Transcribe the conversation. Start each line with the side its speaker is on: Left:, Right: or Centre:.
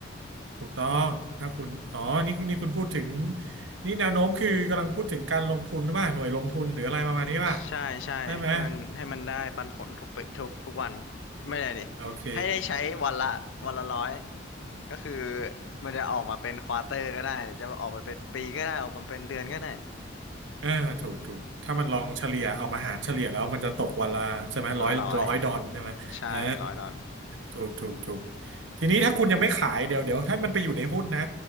Right: ถูกต้องถ้าคุณ อ๋อนี่นี่คุณพูดถึง นี่แนวโน้มคือกำลังพูดถึงการลงทุนหรือเปล่าหน่วยลงทุนหรืออะไรประมาณนี้ป่ะ
Left: ใช่ใช่ให้มันให้มันได้ปันผลทุกปทุกทุกวัน
Right: ได้ไหม
Left: ไม่ได้ดิ
Right: โอเค
Left: ให้ได้ใช้วันละวันละร้อยก็คือมันจะออกมาเป็นควอเตอร์ก็ได้หรือจะออกไปเป็นปีก็ได้ออกมาเป็นเดือนก็ได้
Right: เออถูกถูกถ้ามันลองเฉลี่ยเอามาหารเฉลี่ยแล้วมันจะตกวันละใช่ไหมร้อยร้อยดอลใช่ไหมเออ
Left: วันละร้อยใช่ร้อยดอล
Right: ถูกถูกถูกทีนี้ถ้าคุณยังไม่ขายเดี๋ยวเดี๋ยวถ้ามันไปอยู่ในหุ้นนะ